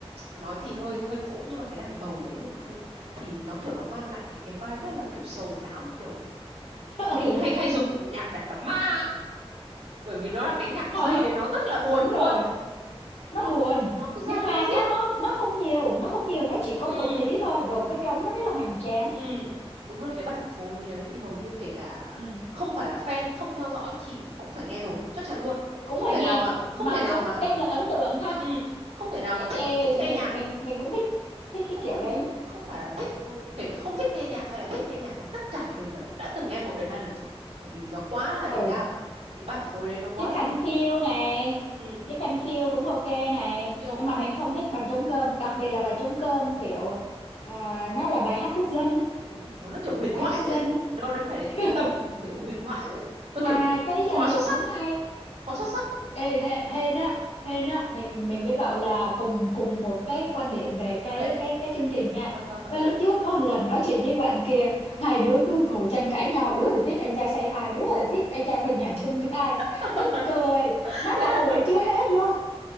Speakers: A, on the right (about 85°); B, on the left (about 80°).
A: nói thì hơi hơi phũ nhưng mà cái đàn bầu đấy thì nó hay thì nó kiểu nó mang lại cái cái vibe rất là kiểu sầu não kiểu
B: <laughs>
A: hay hay
B: Ừ.
A: hay dùng nhạc đạc đám ma ấy. bởi vì nó là cái nhạc
B: Họ-
A: dây đấy nó rất là buồn
B: đúng
A: luôn
B: rồi nó
A: nó
B: buồn
A: nó cứ
B: nhưng
A: ra
B: mà
A: diết
B: nó nó nó không nhiều nó không nhiều nó chỉ có
A: ừ.
B: một tí thôi rồi cái trống nó rất là hoành tráng
A: Ừ, đúng là cái bản phối đấy thì hầu như kể cả
B: Ừ.
A: không phải là fan, không theo dõi thì cũng phải nghe rồi, chắc chắn luôn.
B: cũng
A: Không
B: phải
A: thể
B: nghe
A: nào mà không
B: mà
A: thể nào
B: cũng
A: mà
B: đem lại ấn tượng ha
A: ừ, không thể nào
B: ê,
A: mà thích
B: ê,
A: thích
B: mình
A: nghe nhạc,
B: mình mình cũng thích thích cái
A: không
B: kiểu đấy
A: không phải là thích ừ, kể cả không thích nghe nhạc hay là thích nghe nhạc thì tất cả đều phải đã từng nghe một đến hai lần rồi, bởi vì nó quá là đỉnh
B: ừ
A: cao. Cái bản phối đấy nó quá
B: chiếc
A: là
B: khăn
A: đỉnh.
B: phiêu này
A: Ừ,
B: cái khăn phiêu cũng ok này
A: các bạn kia cũng
B: nhưng mà mình
A: hay,
B: không thích bằng trống cơm đặc biệt là bài trống cơm kiểu à, nó là bài hát quốc dân á,
A: đúng rồi, nó nó kiểu huyền
B: bài
A: thoại
B: hát quốc dân
A: đấy.
B: á.
A: Nó đến phải đến cái
B: <laughs>
A: tầm hiểu huyền thoại đấy. Nó
B: mà
A: kiểu
B: cái dàn
A: quá
B: dựng
A: xuất sắc,
B: cũng hay
A: quá xuất sắc
B: Ê, Hê- hên á hên á mình mình với cậu là cùng cùng một cái quan
A: cùng
B: điểm về
A: cùng
B: cái
A: hệ.
B: cái cái chương trình nha
A: <laughs>
B: và lúc trước có một lần nói chuyện với bạn kia hai đứa cứ ngồi tranh cãi nhau đứa thì thích anh trai say hi đứa thì thích anh trai vượt ngàn chông gai
A: <laughs>
B: tức cười nói
A: thế
B: cả
A: là
B: buổi chưa hết luôn